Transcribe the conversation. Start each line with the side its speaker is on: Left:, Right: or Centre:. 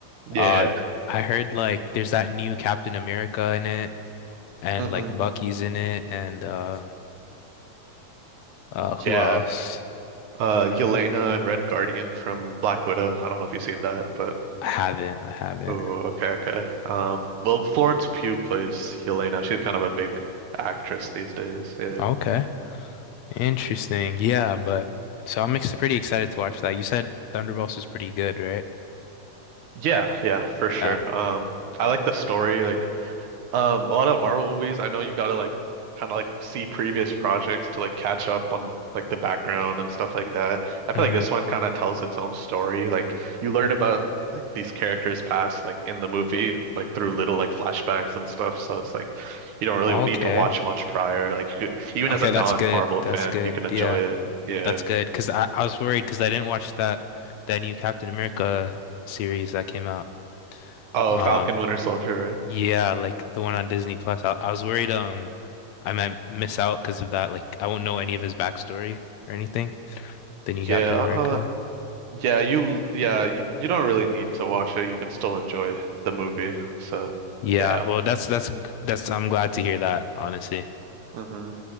Right: Yeah.
Left: Uh I heard like there's that new Captain America in it and
Right: hmm
Left: like Bucky's in it and uh uh who
Right: Yeah.
Left: else?
Right: Uh, Yelena and Red Guardian from Black Widow. I don't know if you've seen that, but.
Left: I haven't, I haven't.
Right: Oh, okay, okay. Um, well, Florence Pugh plays Yelena. She's kind of a big actress these days. Yeah.
Left: Okay. Interesting. Yeah, but so I'm ex pretty excited to watch that. You said Thunderbolts is pretty good, right?
Right: Yeah, yeah, for
Left: Yeah.
Right: sure. Um, I like the story. Like Um, a lot of Marvel movies, I know you gotta like kind of like see previous projects to like catch up on like the background and stuff like that. I
Left: hmm
Right: feel like this one kind of tells its own story. Like you learn about like these characters' past like in the movie, like through little like flashbacks and stuff. So it's like you don't really
Left: Okay.
Right: need to watch much prior. Like you could, even
Left: Okay,
Right: as a non-Marvel
Left: that's good. That's
Right: fan,
Left: good.
Right: you can enjoy
Left: Yeah,
Right: it. Yeah.
Left: that's good. Cause I, I was worried because I didn't watch that that new Captain America series that came out.
Right: Oh,
Left: Um,
Right: Falcon Winter Soldier,
Left: yeah, like the one
Right: right?
Left: on Disney Plus. I, I was worried um I might miss out because of that. Like I won't know any of his backstory or anything. The new
Right: Yeah.
Left: Captain America.
Right: uh, Yeah, you yeah, you, you don't really need to watch it. You can still enjoy the movie. So,
Left: Yeah,
Right: yeah.
Left: well, that's that's that's I'm glad to hear that, honestly.
Right: hmm